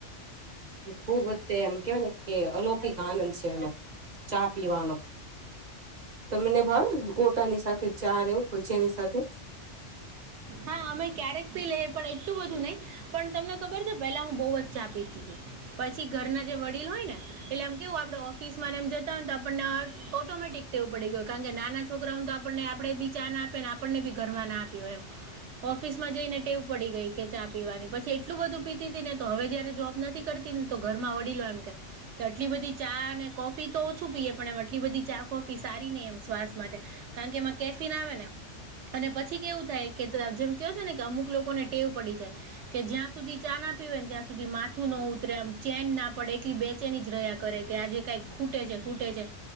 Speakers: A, on the right (about 45°); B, on the right (about 70°).
A: ખુબ એમ કેવાય ને કે અલૌકિક આનંદ છે એમા ચા પીવાનો તમને ભાવે ગોટાની સાથે ચા ને એવું ભજીયાની સાથે
B: હા અમે ક્યારેક પી લઈએ પણ એટલું બધું નહી પણ તમને ખબર છે પેલા હું બહુ જ ચા પીતી તી પછી ઘરના જે વડીલ હોય ને એટલે આમ કેવું આપડે ઓફિસ એમ જતા હોય તો આપણને ઓટોમેટિક વું પડી ગયું કારણ કે નાના છોરાઓને તો આપણને આપડે બી ચા ના આપી ને આપણને બી ઘરમાં ના આપી હોય એમ ઓફિસ માં જઈ ને ટેવ પડી ગઈ કે ચા પીવાની પછી એટલું બધું પીતી હતી ને તો હવે જયારે જોબ નથી કર ને તો ઘરમાં વડીલો એમ કે કે આટલી બધી ચા અને કોફી તો ઓછું પીએ પણ એ આટલી બધી ચા કોફી સારી નહી એમ શ્વાસ માટે કારણ કે એમાં કેફિન આવે ને અને પછી કેવું થાય કે જેમ કેયો છે ને કે અમુક લોકોને ટેવ પડી જાય. કે જ્યાં સુધી ચા ના પીવે ને ત્યાં સુધી માથું ન ઉતરે આમ ચેન ના પડે એટલી બે ચેની જ રહ્યા. કરે કે આજ જે કઈ ખૂટે છે ખૂટે છે.